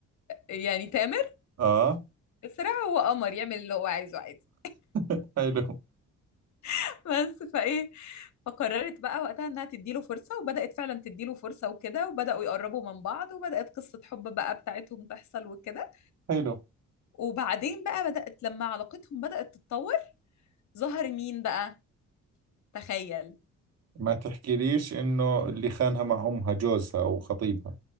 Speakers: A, on the left (about 65°); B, on the right (about 55°).
A: يعني تامر
B: اه
A: بسرعه هو قمر يعمل اللي هو عايزه عادي
B: <laughs> حلو
A: <laughs> بس فايه فقررت بقى وقتها انها تديله فرصه وبدأت فعلا تديله فرصه وكده وبدأوا يقربوا من بعض وبدأت قصه حب بقى بتاعتهم تحصل وكده
B: حلو
A: وبعدين بقى بدأت لما علاقتهم بدأت تتطور ظهر مين بقى تخيل
B: ما تحكيليش انه اللي خانها مع امها جوزها او خطيبها